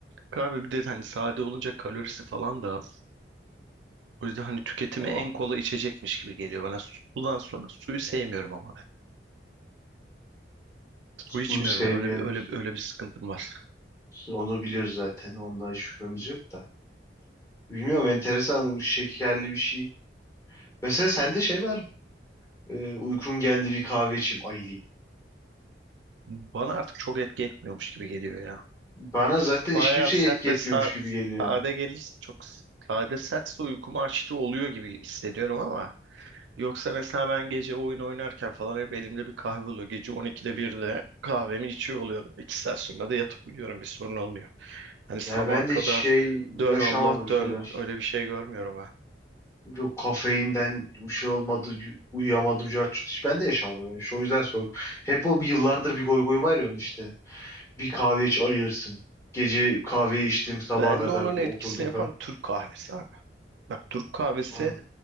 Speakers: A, on the right (about 80°); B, on the left (about 15°).
A: kahve bir de hani sade olunca kalorisi falan da az. O yüzden hani tüketimi
B: Ah,
A: en kolay içecekmiş gibi geliyor bana. Sudan sonra suyu sevmiyorum ama ben.
B: suyu
A: Su içmiyorum
B: sevmeyen
A: ya. Öyle bir öyle öyle bir sıkıntım var.
B: Onu biliyoruz zaten. Onda hiç şüphemiz yok da. Bilmiyorum enteresan şekerli bir şey. Mesela sende şey var mı? Ee, uykum geldi bir kahve içeyim ayılayım.
A: Bana artık çok etki etmiyormuş gibi geliyor ya.
B: Bana zaten
A: bayağı
B: hiç kimseye
A: sert
B: etki
A: ve
B: etmiyormuş
A: sa
B: gibi geliyor
A: sade
B: yani.
A: gelirse çok sade sertse uykumu açtığı oluyor gibi hissediyorum ama yoksa mesela ben gece oyun oynarken falan hep elimde bir kahve oluyor. Gece 12'de 1'de kahvemi içiyor oluyorum. 2 saat sonra da yatıp uyuyorum bir sorun olmuyor. Hani sabaha
B: Yani ben
A: kadar
B: de hiç şey yaşamadım
A: dön Allah
B: şöyle.
A: dön öyle bir şey görmüyorum ben.
B: Yok kafeinden bir şey olmadı, y- uyuyamadım, cart curt. Hiç ben de yaşamadım yani. Şu o yüzden sordum. Hep o bir yıllardır bir goy goy var ya onun işte. Bir kahve iç ayılırsın. Gece kahveyi içtim sabaha
A: Ben
B: kadar
A: de onun
B: oturdum
A: etkisini yapan
B: falan.
A: Türk kahvesi abi. Bak Türk kahvesi
B: Ha.